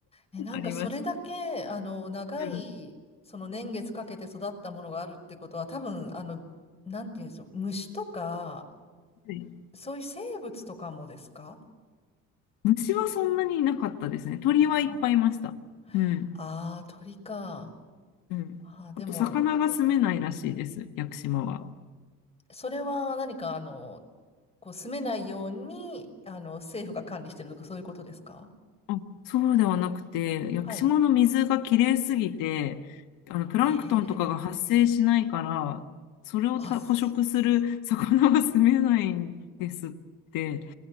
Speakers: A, on the left; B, on the left.
A: え、なんかそれだけ、
B: ありました。
A: あの、長い、
B: うん、
A: その年月かけて育ったものがあるってことは、多分、あの、なんていうんでしょう、虫とか、
B: はい
A: そういう生物とかもですか
B: 虫はそんなにいなかったですね。鳥はいっぱいいました。
A: あ
B: うん
A: あー、鳥か。
B: うん。
A: あーでも、
B: あと、魚が住めないらしいです、屋久島は。
A: それは何か、あの、こう、住めないように、あの、政府が管理してるとか、そういうことですか
B: あそうではなくて、屋久島の水がきれいすぎて、
A: はい。
B: あのプランクトンとかが発生しないから、
A: ええ
B: それをた捕食する魚が住めないんですって、
A: あ、す、